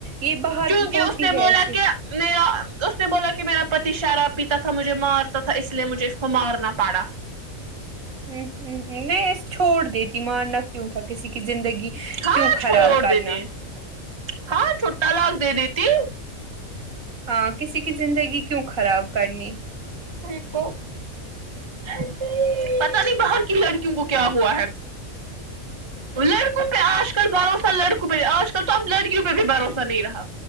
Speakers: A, on the right (about 75°); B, on the right (about 25°).
A: یہ باہر
B: کیونکہ
A: ہوتی
B: اس نے
A: ہے
B: بولا
A: ایسی
B: کہ میرا ط اس نے بولا کہ میرا پتی شراب پیتا تھا مجھے مارتا تھا اس لیے مجھے اس کو مارنا پڑا
A: نہیں نہیں اس چھوٹ دیتی مان کیوں تھا کسی کی زندگی
B: ہاں
A: کیوں
B: چھوڑ
A: خراب کرنا
B: دیتے ہیں ہاں چھوٹا لکھ دے دیتی
A: ہاں کسی کی زندگی کیوں خراب کرنی
B: تو اسی پتا نہیں باہر کی لڑکیوں کو کیا ہوا ہے لڑکوں پہ آج کل بھروسہ لڑکوں پہ آج کل تو اب لڑکیوں پہ بھی بھروسہ نہیں رہا